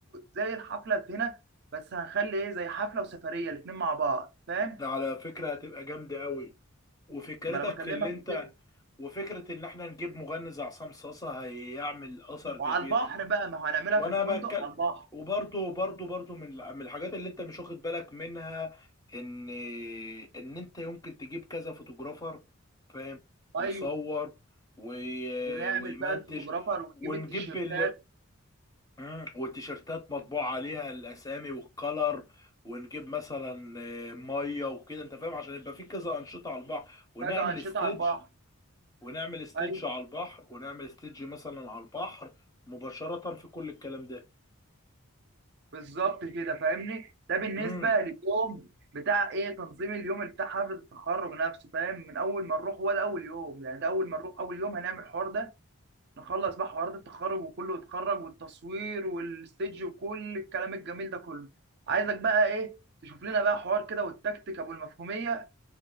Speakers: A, on the right (about 50°); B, on the left (about 15°).
A: زي الحفلة هنا بس هنخلي ايه زي حفلة وسفرية الاتنين مع بعض فاهم
B: ده على فكرة هتبقى جامدة قوي وفكرتك
A: ما انا بكلمك
B: اللي انت
A: في كده
B: وفكرة إن إحنا نجيب مغني زي عصام صاصة هيعمل أثر كبير
A: وعلى البحر بقى ما هو هنعملها
B: وأنا
A: في الفندق
B: بتكلم
A: على البحر
B: وبرضه برضه برضه من من الحاجات اللي أنت مش واخد بالك منها إن إن أنت يمكن تجيب كذا فوتوغرافر فاهم
A: ايوه
B: يصور وي...
A: ونعمل
B: ويمنتج
A: بقى الفوتوغرافر ونجيب
B: ونجيب
A: التيشيرتات
B: ال... مم، والتيشيرتات مطبوع عليها الأسامي والكلر ونجيب مثلا آه، ميه وكده انت فاهم عشان يبقى في كذا انشطه على البحر ونعمل
A: كذا انشطه
B: ستيدج
A: على البحر
B: ونعمل استيدج
A: ايوه
B: على البحر ونعمل استيدج مثلا على البحر مباشرة في كل الكلام ده
A: بالظبط كده فاهمني ده بالنسبه
B: امم
A: لليوم بتاع ايه تنظيم اليوم بتاع حفله التخرج نفسه فاهم من اول ما نروح هو ده اول يوم يعني ده اول ما نروح اول يوم هنعمل الحوار ده نخلص بقى حوارات التخرج وكله يتخرج والتصوير والستيج وكل الكلام الجميل ده كله عايزك بقى ايه تشوف لنا بقى حوار كده والتكتيك ابو المفهوميه